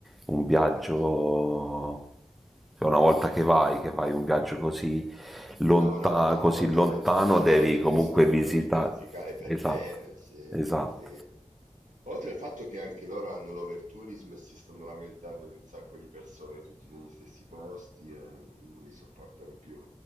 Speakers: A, in the centre; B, on the right.
A: un viaggio,
B: eh lo so.
A: cioè una volta che vai, che fai un viaggio così, lonta-
B: No, no, no, una
A: così
B: volta
A: lontano,
B: che vai in Giappone
A: devi
B: lo devi,
A: comunque
B: sca-
A: visitare.
B: lo devi pianificare per
A: Esatto,
B: bene, sì,
A: esatto.
B: sì. Oltre al fatto che anche loro hanno l'overtourism e si stanno lamentando di un sacco di persone, tutti negli stessi posti, e non, non li sopportano più.